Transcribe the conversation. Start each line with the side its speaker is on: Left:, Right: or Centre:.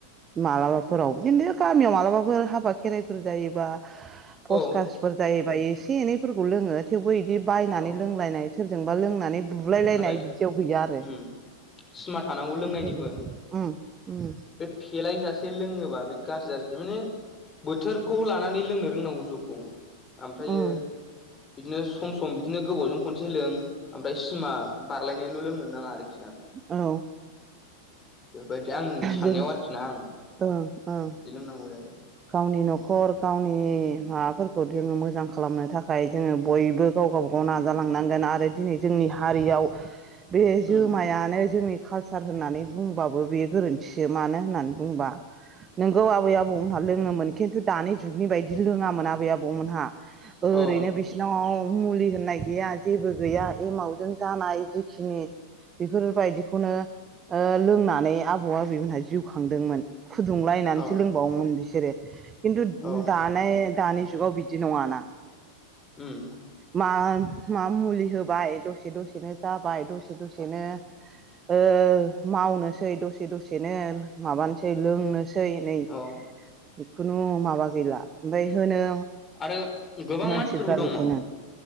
Right: मालाबाफोराव बिदिनो गामियाव मालाबाफोर हाबा खेराइफोर जायोबा पसकास
Left: औ
Right: फोर जायोबा एसे एनैफोरखौ लोङो। थेवबो इदि बायनानै
Left: औ
Right: लोंलायनाय सोरजोंबा लोंनानै बुलायलायनाय
Left: नाथाय
Right: बिदियाव गैया आरो
Left: उम सिमा थानांगौ लोंनायनिबो
Right: बेफोरबायदि उम उम
Left: बे फेलायजासे लोङोबा बे गाज्रि <unintelligible> माने बोथोरखौ लानानै लोंनो रोंनांगौ जौखौ आमफ्रायो
Right: उम
Left: बिदिनो सम स सम बिदिनो गोबावजों खनसे लों आमफाय सिमा बारलायनायल' लोंनोनो नाङा आरखि ना।
Right: औ
Left: बेफोरबायदि आंनि साननायाव
Right: जों
Left: आरोखि ना ओं
Right: ओं ओं
Left: बिदि लोंनांगौ जायो।
Right: गावनि नखर गावनि माबाफोरखौ जोङो मोजां खालामनो थाखाय जोङो बयबो गाव गावबा गाव नाजालांनांगोन आरो दिनै जोंनि हारियाव बे
Left: उम
Right: जोमायानो जोंनि कालसार होननानै बुंबाबो बे गोरोन्थिसो मानो होननानै बुंबा नोंगौ आबै आबौमोनहा लोङोमोन खिन्थु दानि जुगनि बायदि लोङामोन आ बै आबै मोनहा ओरैनो
Left: उम
Right: बिस नाव मुलि होननाय गैया जेबो गैया एमावजों जानाय जिखिनि बेफोरबायदिखौनो ओ लोंनानै आ आबौ आबैमोनहा जिउ खांदोंमोन फुदुंलायनानैसो
Left: औ
Right: लोंबावोमोन बिसोरो। खिन्थु
Left: औ
Right: दानाय दानि जुगाव बिदि नङाना
Left: उम
Right: मा मा मुलि होबाय दसे दसेनो जाबाय दसे दसेनो ओ मावनोसै दसे दसे दसेनो माबानोसै लोंनोसै नै
Left: औ
Right: बे खुनु माबा गैला ओमफ्राय होनो
Left: आरो गोबां
Right: मानसिफ्रा
Left: मानसिफोरबो दङ
Right: बेखौनो